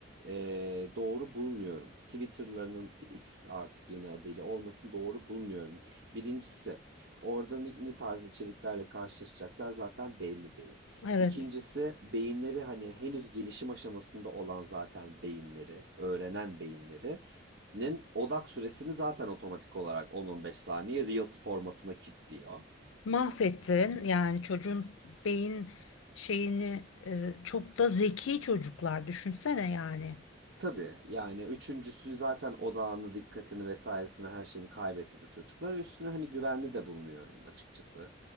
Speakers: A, on the right (about 55°); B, on the left (about 80°).
A: ee, doğru bulmuyorum. Twitter'larının X artık yeni adıyla olmasını doğru bulmuyorum. Birincisi, orada ne ne tarz içeriklerle karşılaşacaklar zaten belli değil.
B: evet.
A: İkincisi, beyinleri hani henüz gelişim aşamasında olan zaten beyinleri, öğrenen beyinleri'nin odak süresini zaten otomatik olarak 10-15 saniye Reels formatına kilitliyor.
B: Mahvettin yani çocuğun beyin şeyini e, çok da zeki çocuklar düşünsene yani.
A: Tabii yani üçüncüsü zaten odağını, dikkatini vesairesini her şeyini kaybetti bu çocuklar. Üstüne hani güvenli de bulmuyorum açıkçası.